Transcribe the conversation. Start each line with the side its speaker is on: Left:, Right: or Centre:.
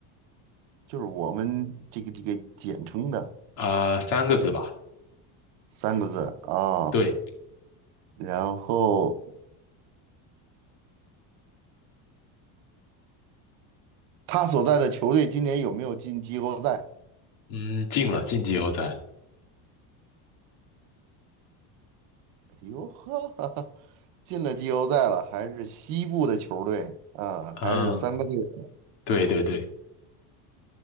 Right: 就是我们这个这个简称的
Left: 啊、三个字吧。
Right: 三个字啊，
Left: 对，
Right: 然后他所在的球队今年有没有进季后赛？
Left: 嗯，进了，进季后赛了。
Right: 哟呵，<laughs> 进了季后赛了，还是西部的球队啊，
Left: 嗯，
Right: 还是三个字。
Left: 对对对，